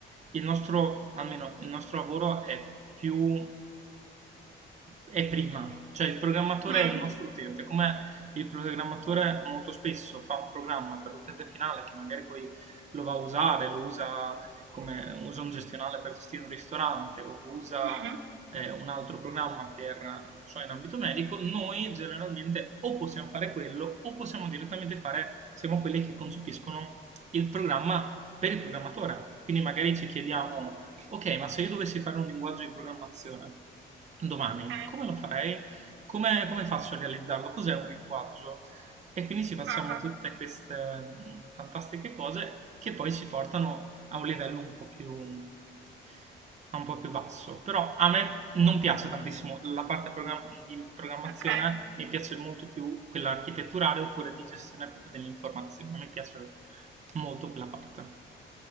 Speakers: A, on the right; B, on the right.
A: il nostro, almeno il nostro lavoro è più, è prima, cioè il programmatore
B: Mm,
A: è il nostro utente, come il programmatore molto spesso fa un programma per l'utente finale che magari poi lo va a usare, lo usa come usa un gestionale per gestire un ristorante o usa
B: mhm,
A: eh, un altro programma per, non so, in ambito medico, noi generalmente o possiamo fare quello o possiamo direttamente fare, siamo quelli che concepiscono il programma per il programmatore. Quindi magari ci chiediamo, ok, ma se io dovessi fare un linguaggio di programmazione domani,
B: ok,
A: come lo farei? Come, come faccio a realizzarlo? Cos'è un linguaggio? E quindi ci facciamo
B: ah, ah,
A: tutte queste mh, fantastiche cose che poi ci portano a un livello un po' più, un po' più basso. Però a me non piace tantissimo la parte program- di programmazione,
B: ah, ok.
A: mi piace molto più quella architetturale oppure di gestione proprio dell'informazione, mi piace molto quella parte.